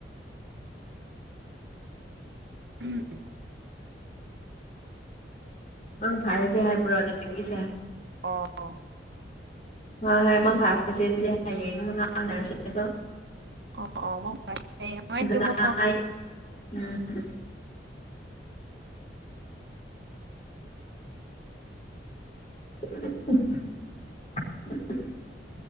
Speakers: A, on the right; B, on the left.
A: ꯎꯝ
B: ꯃꯪ ꯐꯥꯔꯁꯦ ꯍꯥꯏꯕ꯭ꯔꯣ ꯅꯡꯒꯤꯁꯦ
A: ꯑꯣ
B: ꯍꯣꯏ ꯍꯣꯏ ꯃꯪ ꯐꯥꯔꯁꯦ ꯑꯗꯨꯗꯤ ꯍꯌꯦꯡ ꯑꯃꯨꯛ ꯉꯥꯡꯅꯔꯁꯦ ꯀꯣ
A: ꯑꯣ ꯑꯣ ꯃꯪ ꯐꯔꯁꯤ ꯅꯨꯡꯉꯥꯏꯅ
B: ꯒꯨꯗ
A: ꯇꯨꯝꯃꯣ
B: ꯅꯥꯏꯠ ꯎꯝ <inaudible>